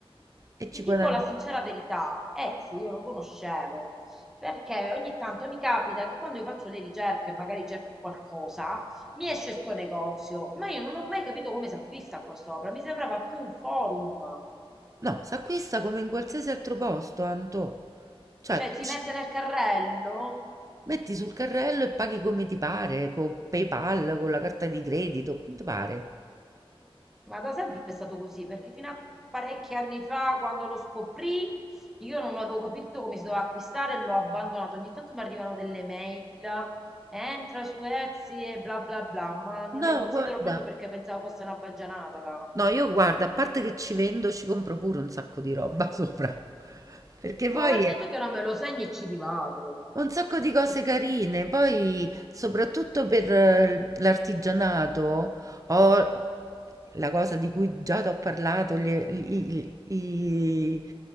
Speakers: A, on the right (about 35°); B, in the centre.
A: e ci
B: Ti dico
A: guadagni.
B: la sincera verità, Etsy io lo conoscevo perché ogni tanto mi capita che quando io faccio le ricerche, magari cerco qualcosa, mi esce sto negozio, ma io non ho mai capito come si acquista qua sopra. Mi sembrava più un forum,
A: No, si acquista come in qualsiasi altro posto, Anto. Cioè,
B: cioè
A: tu
B: si
A: ci
B: mette nel carrello.
A: Metti sul carrello e paghi come ti pare, con PayPal, con la carta di credito, come ti pare.
B: Ma da sempre è stato così, perché fino a parecchi anni fa, quando lo scoprì, io non avevo capito come si doveva acquistare e l'ho abbandonato. Ogni tanto mi arrivano delle mail, entra su Etsy e bla bla bla, ma non
A: No,
B: le considero
A: guarda.
B: proprio perché pensavo fosse una baggianata.
A: No, io guarda, a parte che ci vendo, ci compro pure un sacco di roba <laughs> sopra. Perché poi
B: Ma guarda
A: è...
B: tu che ora me lo segni e ci rivado.
A: Un sacco di cose
B: Sono proprio
A: carine, poi soprattutto per eh, l'artigianato ho la cosa di cui già ti ho parlato, gli- i, i- i-